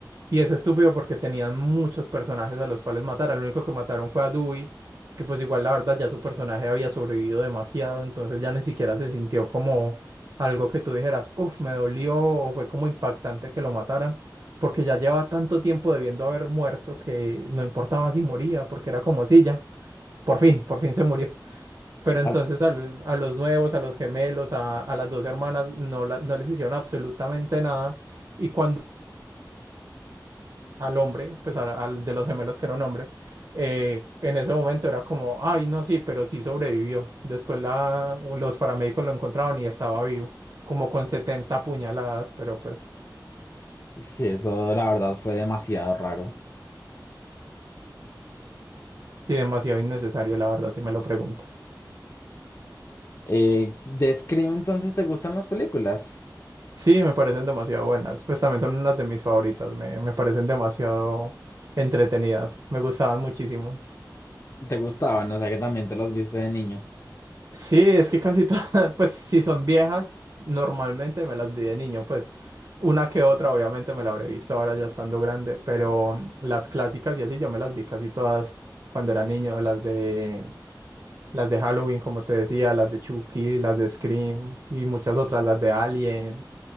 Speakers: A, on the right; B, on the left.
A: Y es estúpido porque tenían muchos personajes a los cuales matar. El único que mataron fue a Dewey, que pues igual la verdad ya su personaje había sobrevivido demasiado, entonces ya ni siquiera se sintió como algo que tú dijeras, uff, me dolió o fue como impactante que lo mataran porque ya lleva tanto tiempo debiendo haber muerto que no importaba si moría, porque era como si ya. Por fin, por fin se murió. Pero entonces
B: As-
A: a, lo- a los nuevos, a los gemelos, a, a las dos hermanas, no, la- no les hicieron absolutamente nada. Y cuando al hombre, pues a- al de los gemelos que era un hombre, eh, en ese momento era como, ay, no, sí, pero sí sobrevivió. Después la, los paramédicos lo encontraron y estaba vivo, como con 70 puñaladas, pero pues
B: sí, eso la verdad fue demasiado raro.
A: sí, demasiado innecesario, la verdad, si me lo preguntas.
B: Eh, de Scream entonces, ¿te gustan las películas?
A: Sí, me parecen demasiado buenas. Pues también son unas de mis favoritas. Me, me parecen demasiado entretenidas. Me gustaban muchísimo.
B: ¿Te gustaban? O sea que también te las viste de niño.
A: Sí, es que casi todas, <laughs> pues si son viejas, normalmente me las vi de niño. Pues una que otra, obviamente me la habré visto ahora ya estando grande, pero mm, las clásicas y así yo me las vi casi todas cuando era niño. Las de, las de Halloween, como te decía, las de Chucky, las de Scream y muchas otras, las de Alien,